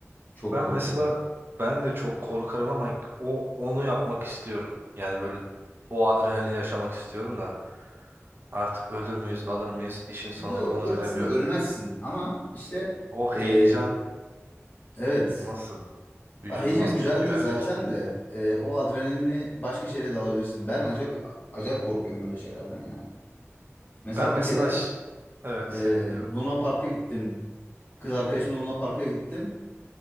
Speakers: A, on the left (about 35°); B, on the right (about 45°).
A: Çok
B: Ben
A: korkarım.
B: mesela ben de çok korkarım ama o onu yapmak istiyorum. Yani böyle o adrenalini yaşamak istiyorum da artık ölür müyüz kalır mıyız işin sonunda
A: Ya,
B: onu
A: ya
B: bilemiyorum.
A: aslında ölmezsin ama işte
B: O heyecan
A: e, evet
B: nasıl vücudum
A: Bak heyecan
B: nasıl
A: güzeldir
B: tepki verecek?
A: zaten de e, o adrenalini başka şeyle de alabilirsin. Ben acayip, acayip korkuyorum öyle şeylerden yani. Mesela
B: Ben mesela
A: bir kere
B: ş- evet
A: e,
B: seni dinliyorum.
A: Luna Park'a gittim. Kız arkadaşımla Luna Park'a gittim.